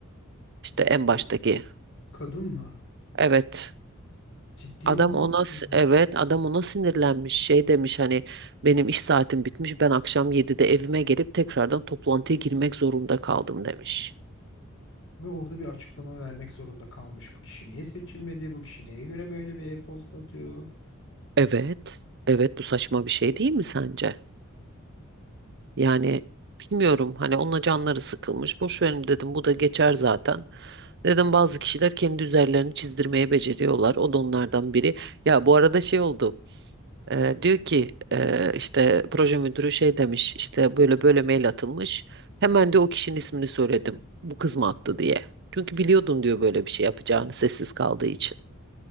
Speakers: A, on the right; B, on the left.
A: İşte en
B: O
A: baştaki.
B: kadınla
A: Evet.
B: ciddi
A: Adam
B: olamazsın.
A: ona s- evet adam ona sinirlenmiş şey demiş hani benim iş saatim bitmiş ben akşam 7'de evime gelip tekrardan toplantıya girmek zorunda kaldım demiş.
B: Ve orada bir açıklama vermek zorunda kalmış. Bu kişi niye seçilmedi? Bu kişi neye göre böyle bir e-posta atıyor?
A: Evet evet bu saçma bir şey değil mi sence? Yani bilmiyorum hani onunla canları sıkılmış boş verin dedim bu da geçer zaten. Dedim bazı kişiler kendi üzerlerini çizdirmeyi beceriyorlar o da onlardan biri. Ya bu arada şey oldu Ee, diyor ki e, işte proje müdürü şey demiş işte böyle böyle mail atılmış. Hemen de o kişinin ismini söyledim. Bu kız mı attı diye. Çünkü biliyordum diyor böyle bir şey yapacağını sessiz kaldığı için.